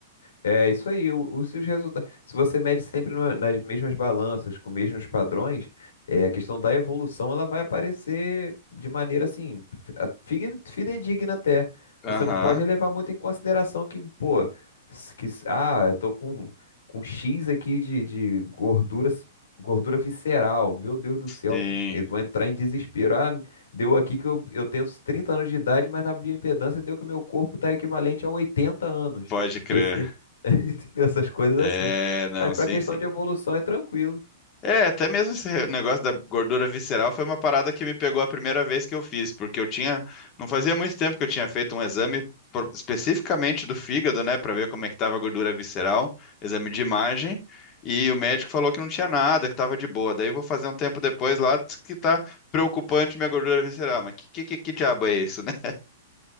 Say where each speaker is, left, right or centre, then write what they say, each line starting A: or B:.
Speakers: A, on the left; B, on the left.
A: É isso aí, o, o- se resultados. Se você mede sempre na- nas mesmas balanças, com os mesmos padrões, é, a questão da evolução ela vai aparecer de maneira assim, fi- a- fide- fidedigna até. Você
B: Aham.
A: não pode levar muito em consideração que, pô, s- que, s- ah, eu tô com, com X aqui de, de gordura, s- gordura visceral. Meu Deus do céu,
B: Sim,
A: tô- eu vou entrar em desespero. Ah, deu aqui que eu, eu tenho 30 anos de idade, mas na bioimpedância deu que meu corpo está equivalente a 80 anos.
B: pode crer.
A: <laughs> Entendeu? Essas coisas
B: É,
A: assim.
B: não,
A: Mas
B: sim,
A: pra questão
B: sim.
A: de evolução é tranquilo.
B: É, até mesmo esse negócio da gordura visceral foi uma parada que me pegou a primeira vez que eu fiz, porque eu tinha, não fazia muito tempo que eu tinha feito um exame por- especificamente do fígado, né, Pra ver como é que tava a gordura visceral, exame de imagem, e o médico falou que não tinha nada, que tava de boa. Daí eu vou fazer um tempo depois lá diz que tá preocupante minha gordura visceral, mas que que, que, que diabo é isso, né?